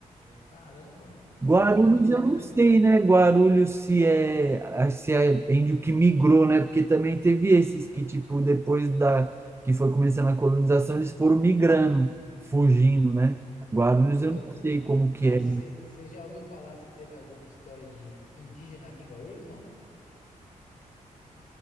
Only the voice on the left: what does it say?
Caramba.
Em Minas, em Minas
Gerais
também.
Foi.
Mas
você já ouviu falar se teve alguma história de indígena aqui em Guarulhos? Não.